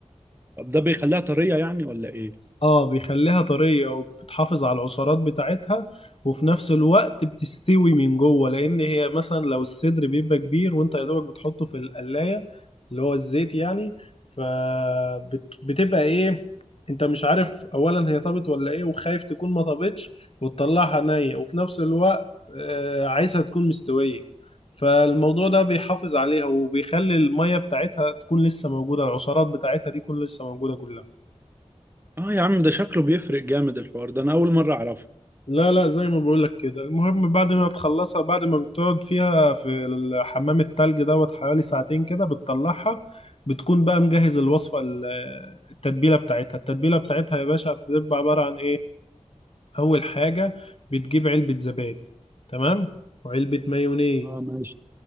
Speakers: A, on the right (about 20°); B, on the left (about 55°).
A: طب ده بيخليها طريه يعني ولا ايه
B: اه بيخليها طرية وبتحافظ على العصارات بتاعتها وفي نفس الوقت بتستوي من جوه لان هي مثلا لو الصدر بيبقى كبير وانت يا دوبك بتحطه في القلاية اللي هو الزيت يعني فبتبقى ايه انت مش عارف اولا هي طابت ولا ايه وخايف تكون ما طابتش وتطلعها نية وفي نفس الوقت آه، عايزها تكون مستوية فالموضوع ده بيحافظ عليها وبيخلي المية بتاعتها تكون لسه موجودة العصارات بتاعتها دي تكون لسه موجودة كلها
A: اه يا عم ده شكله بيفرق جامد الحوار ده انا اول مره اعرفه
B: لا لا زي ما بقولك كده المهم بعد ما تخلصها بعد ما بتقعد فيها في الحمام التلج دوت حوالي ساعتين كده بتطلعها بتكون بقى مجهز الوصفة ال- التتبيلة بتاعتها التتبيلة بتاعتها يا باشا بتبقى عبارة عن ايه أول حاجة بتجيب علبة زبادي تمام وعلبة مايونيز
A: اه ماشي